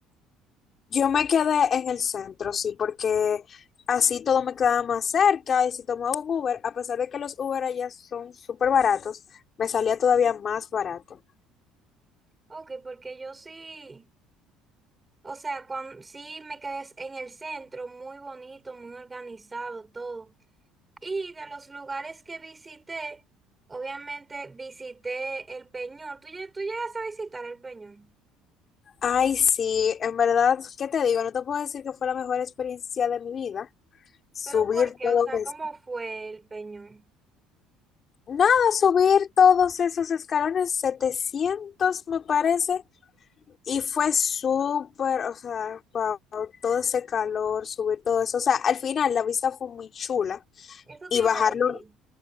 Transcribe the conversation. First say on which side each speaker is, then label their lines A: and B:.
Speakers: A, on the left; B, on the right.
A: Yo me quedé en el centro, sí, porque así todo me quedaba más cerca y si tomaba un Uber, a pesar de que los Uber allá son súper baratos, me salía todavía más barato.
B: Ok, porque yo sí. O sea, cuando, sí me quedé en el centro, muy bonito, muy organizado, todo. Y de los lugares que visité, obviamente visité el Peñón. ¿Tú, lle- tú llegaste a visitar el Peñón?
A: Ay, sí, en verdad, ¿qué te digo? No te puedo decir que fue la mejor experiencia de mi vida Subir
B: ¿Pero por qué?
A: todo
B: O sea,
A: eso.
B: ¿cómo fue el Peñón?
A: Nada, subir todos esos escalones, 700 me parece. Y fue súper, o sea, wow, todo ese calor, subir todo eso. O sea, al final la vista fue muy chula.
B: Eso
A: Y
B: te iba
A: bajarlo,
B: a decir.